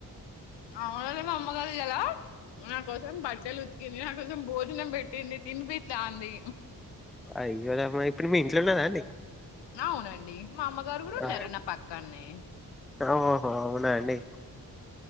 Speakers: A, on the left; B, in the centre.
A: అవునా మా అమ్మగారుదా కదా కోసం బట్టలుచ్చ ఇది నా కొంచెం భోజనం పెట్టింది తినిపితాంది.
B: అయ్యోరామ ఇప్పుడు మీ ఇంట్లో ఉన్నదా అండి.
A: అవునండి డి మా అమ్మగారు కూడా ఉన్నారు
B: ఆ.
A: నా పక్కన్నె
B: ఓహో అవునా అండి